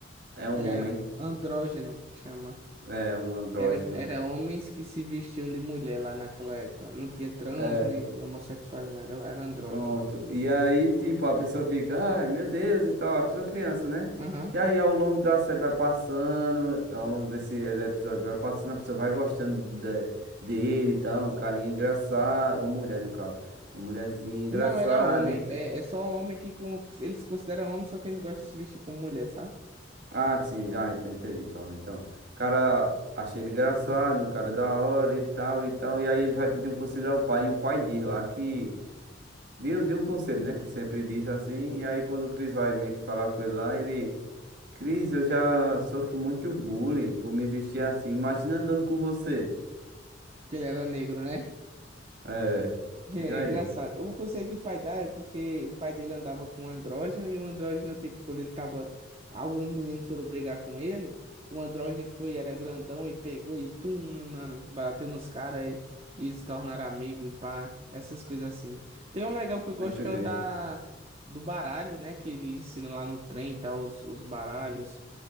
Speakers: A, on the right; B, on the right.
A: é um
B: É
A: homem,
B: andrógeno, que chama.
A: é um andrógeno.
B: Era, era homens que se vestiam de mulher lá naquela época. Não tinha trans
A: É,
B: nem homossexuais, não. Era, era andrógeno.
A: pronto. E aí, tipo, a pessoa fica, ai, meu Deus, e tal, a pessoa criança, né?
B: Aham.
A: E aí, ao longo da série vai passando, ao longo desse episódio vai passando, a pessoa vai gostando de- dele e tal, um carinha engraçado, uma mulher, no caso, uma mulherzinha engraçada
B: Não, era homem.
A: e tal.
B: É, é só homem que com, eles consideram homem, só que eles gostam de se vestir como mulher, sabe?
A: Ah, sim, ah, então entendi. Então, então, o cara achei ele engraçado, um cara da hora e tal e tal. E aí ele vai pedir um conselho ao pai. E o pai diz lá que deu, deu um conselho, né? Que sempre diz assim. E aí quando o Cris vai meio que falar com ele lá, ele, Cris, eu já sofro muito bullying por me vestir assim. Imagina andando com você.
B: que ele era negro, né?
A: É,
B: É
A: diga
B: é
A: aí.
B: engraçado. O conselho que o pai dá é porque o pai dele andava com um andrógeno e o andrógeno, tipo, quando ele tava. Alguns meninos foram brigar com ele. O andrógeno foi, era grandão e pegou e tum, na- bateu nos caras e, e eles se tornaram amigos e pá, essas coisas assim. Tem um legal que eu gosto
A: Não entendi.
B: que é o da, do baralho, né? Que ele ensina lá no trem, tá? Os, os baralhos.